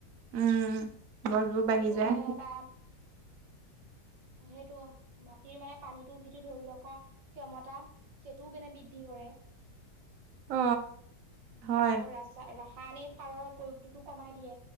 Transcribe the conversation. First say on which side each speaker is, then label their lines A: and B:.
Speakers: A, on the right (about 60°); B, on the right (about 85°).
A: উম। গছবোৰ
B: গজো
A: বাঢ়ি যায়।
B: বাঢ়ে বা সেইটো মাটিৰ মানে পানীটো যিটো ধৰি ৰখা ক্ষমতা সেইটোও মানে বৃদ্ধি কৰে।
A: অ
B: উ
A: হয়
B: আৰু ৰা-ৰাসায়নিক সাৰৰ প্ৰয়োগটোতো কমাই দিয়ে।